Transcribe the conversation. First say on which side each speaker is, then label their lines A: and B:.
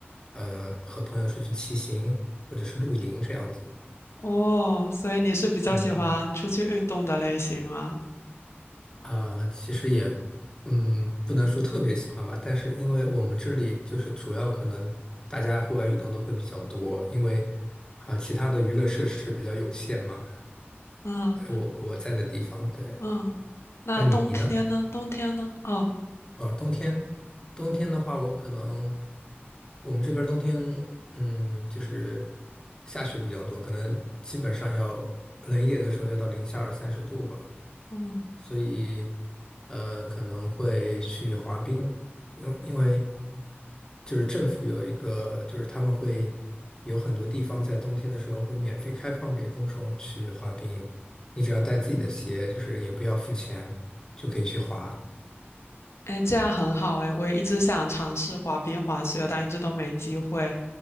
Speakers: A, on the left; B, on the left.
A: 呃，和朋友出去骑行或者是露营这样子。
B: 哦，所以你是比较喜欢出去运动的类型吗？
A: 嗯啊，其实也，嗯，不能说特别喜欢吧，但是因为我们这里就是主要可能大家户外运动都会比较多，因为啊，其他的娱乐设施比较有限嘛，
B: 嗯
A: 呃我我在的地方，对，
B: 嗯，那冬天呢？
A: 那你呢？
B: 冬天呢？哦，
A: 呃，冬天，冬天的话，我可能我们这边儿冬天，嗯，就是下雪比较多，可能基本上要冷一点的时候要到零下二三十度吧，
B: 嗯。
A: 所以呃，可能会去滑冰，因因为就是政府有一个，就是他们会有很多地方在冬天的时候会免费开放给公众去滑冰，你只要带自己的鞋，就是也不要付钱，就可以去滑。
B: 哎，这样很好哎，我也一直想尝试滑冰、滑雪，但一直都没机会。